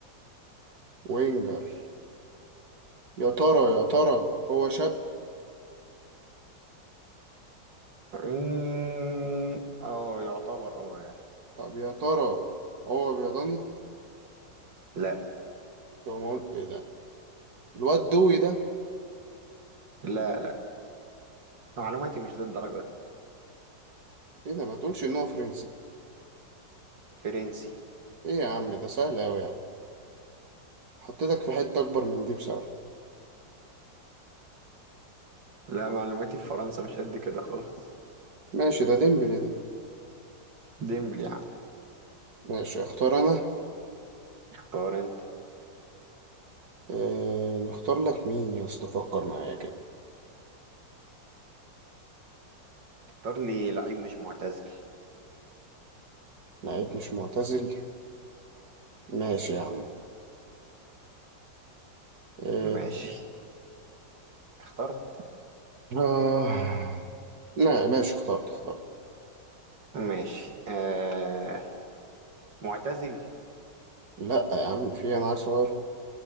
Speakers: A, on the right; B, on the right.
A: وينجر يا ترى يا ترى هو شاب
B: اه آه، يعتبر اه يعني
A: طب يا ترى هو بيضاني
B: لا
A: طب ما اقول ايه ده الواد دوي ده
B: لا لا معلوماتي مش للدرجة دي
A: ايه ده ما تقولش ان هو فرنسي
B: فرنسي
A: ايه يا عم ده سهل اوي يعني حطيتك في حتة اكبر من دي بصراحة
B: لا معلوماتي في فرنسا مش قد كده خالص
A: ماشي ده ديمبلي ده
B: ديمبلي يا عم
A: ماشي اختار انا
B: اختار انت
A: اه نختار لك مين يا اسطى فكر معايا كده
B: اختار لي لعيب مش معتزل
A: لعيب مش معتزل ماشي يا عم اه
B: ماشي اخترت
A: آه. لا ماشي اخترت اخترت
B: ماشي آه معتزل
A: لا يا عم في انا عيل صغير